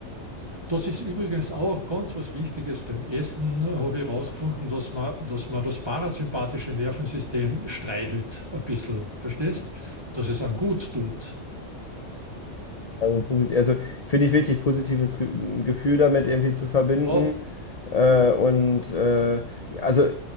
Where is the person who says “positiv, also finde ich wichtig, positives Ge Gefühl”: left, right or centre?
Left